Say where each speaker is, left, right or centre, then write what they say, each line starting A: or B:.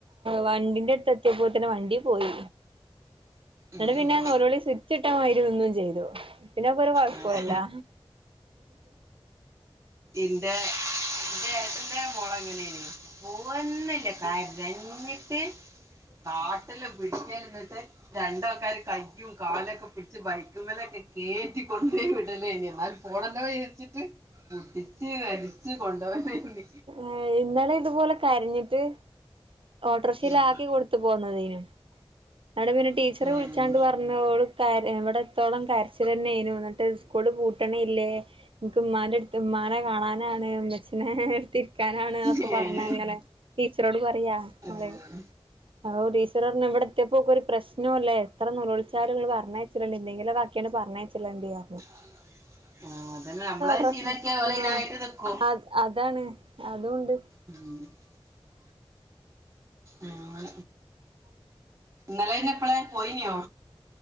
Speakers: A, on the right; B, on the right.
A: വണ്ടിന്റെ അടുത്ത് എത്തിയപ്പോത്തിന് തന്നെ വണ്ടി പോയി എന്നട്ട്
B: ഉം.
A: പിന്നെനേലോളി സുചിട്ടമായിരി നിന്നും ചെയ്തു പിന്നെക്കെരു കുഴപ്പോല്ലാ
B: ആ. എന്റെ എന്റെ ഏട്ടന്റെ മോളങ്ങനെ പോവന്നില്ല കരഞ്ഞ് റ്റ് കാട്ടില് പിടിക്കാരുന്നിട്ട് രണ്ടാൾക്കാര് കയ്യും കാലൊക്കെ പിടിച്ച് ബൈക്ക്മേലെ കെറ്റിയേറ്റ് കൊണ്ട് വിടല്ലേ ഇനി എന്നാൽ പോണന്ന് വെർച്ചിട്ട് പിടിച്ചു വരിച്ചു കൊണ്ടോവേം ചെയ്ത്
A: ഏ ഇന്നാലെ ഇതുപോലെ കരഞ്ഞിട്ട് ഓട്ടോറിക്ഷയിലാക്കി
B: ഉം.
A: കൊടുത്തു പോന്നതേനു അവിടെ പിന്നെ ടീച്ചറെ
B: ഉം.
A: വിളിച്ചാണ്ട് പറഞ്ഞോള് ക കാര്യം എവിടെത്തോളം കരച്ചിലന്നേനുന്നിട്ട് സ്കൂള് പൂട്ടണേ അല്ലേ എൻക്കുമ്മാന്റെ അട് തുമ്മാനെ കാണാനാണ് ഉമ്മച്ചിനെ ഒരുത്തി ക്കാനാണ്
B: ഉം.
A: ഒക്ക പറഞ്ഞങ്ങനെ ടീച്ചറോട് പറയാ
B: ഉം.
A: ഓള് ഓ ടീച്ചറ്പറഞ്ഞ് ഇവിടെ ഇറ്റപ്പോക്കൊരു പ്രശ്നോല്ലേ എത്ര നോൽച്ചാലും നിങ്ങള് പറഞ്ഞയിച്ചി ട്ടുണ്ട് എന്തെങ്കിലൊക്കിയാണ് പറഞ്ഞേച്ചില്ലുണ്ടിയാ
B: <unintelligible> ആ അതന്നെ നമ്മളത്
A: ഡ്രസ്സ്
B: ശീലാക്കിയ ഓല്
A: ആഹ്
B: അതിനായിട്ട് നിക്കും
A: അത് അതാണ് അതുണ്ട്
B: ഉം <unintelligible> ആ ഇന്നലെ ഇന്ന് എപ്പള് പോയിനോ